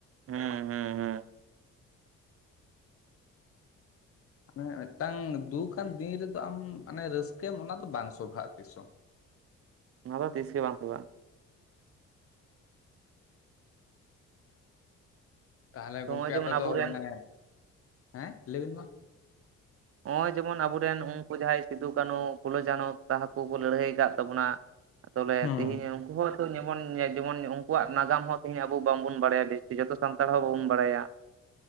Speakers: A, on the right; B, on the left.
A: ᱦᱮᱸ ᱦᱮᱸ ᱦᱮᱸ
B: ᱢᱟᱱᱮ ᱢᱤᱫᱴᱟᱝ ᱫᱩᱠᱟᱱ ᱫᱤᱱ ᱨᱮᱫᱚ ᱟᱢ ᱢᱟᱱᱮ ᱨᱟᱹᱥᱠᱟᱹᱭᱟᱢ ᱚᱱᱟ ᱫᱚ ᱵᱟᱝ ᱥᱚᱵᱷᱟᱜᱼᱟ ᱛᱤᱥ ᱦᱚᱸ
A: ᱚᱱᱟ ᱫᱚ ᱛᱤᱥ ᱜᱮ ᱵᱟᱝ‌ ᱥᱚᱵᱷᱟᱜ-ᱟ
B: ᱛᱟᱞᱦᱮ
A: ᱛᱚ
B: ᱜᱚᱝᱠᱮ
A: ᱱᱚᱜᱼᱚᱭ ᱡᱮᱢᱚᱱ
B: ᱟᱯᱮ
A: ᱟᱵᱚᱨᱮᱱ
B: ᱫᱚ ᱚᱱᱮ ᱦᱮᱸ ᱞᱟᱹᱭᱵᱤᱱ ᱢᱟ
A: ᱱᱚᱜᱼᱚᱭ ᱡᱮᱢᱚᱱ ᱟᱵᱚ ᱨᱮᱱ ᱩᱱᱠᱩ ᱡᱟᱦᱟᱸᱭ ᱥᱤᱫᱩᱼ ᱠᱟᱹᱱᱩ ᱯᱷᱩᱞᱳ ᱡᱷᱟᱱᱚ ᱛᱟᱠᱚ ᱠᱚ ᱞᱟᱹᱲᱦᱟᱹᱭ ᱟᱠᱟᱫ ᱛᱟᱵᱚᱱᱟ ᱟᱫᱚᱞᱮ
B: ᱦᱩᱸ
A: ᱛᱮᱦᱤᱧ ᱩᱱᱠᱩ ᱦᱚᱸ ᱡᱮᱢᱚᱱ ᱡᱮᱢᱚᱱ ᱩᱱᱠᱩᱣᱟᱜ ᱱᱟᱜᱟᱢ ᱦᱚᱸ ᱛᱮᱦᱤᱧ ᱟᱵᱚ ᱵᱟᱝᱵᱚᱱ ᱵᱟᱲᱟᱭᱟ ᱵᱮᱥ ᱛᱮ ᱡᱚᱛᱚ ᱥᱟᱱᱛᱟᱲ ᱦᱚᱸ ᱵᱟᱵᱚᱱ ᱵᱟᱲᱟᱭᱟ